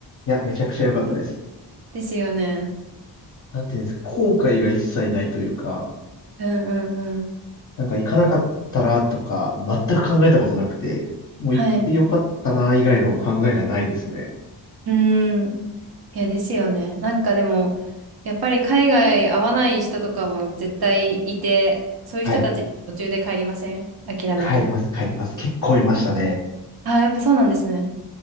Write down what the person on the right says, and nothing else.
ですよね。
うん、うん、うん。
はい。う
ーん。いや、ですよね。なんかでも、やっぱり海外合わない人とかも絶対いて、そういう人たちって途中で帰りません諦めて。
あ、やっぱそうなんですね。